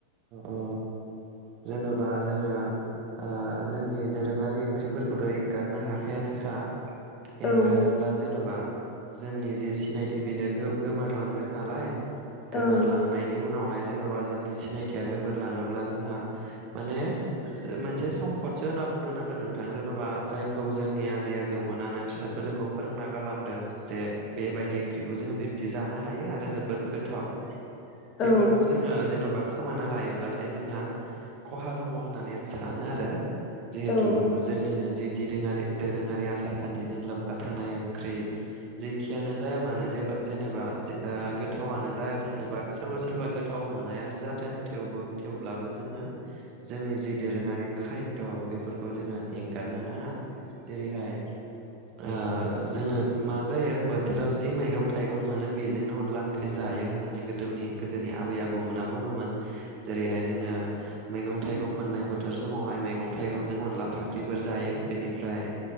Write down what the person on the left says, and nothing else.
औ
ओं
औ
औ
औ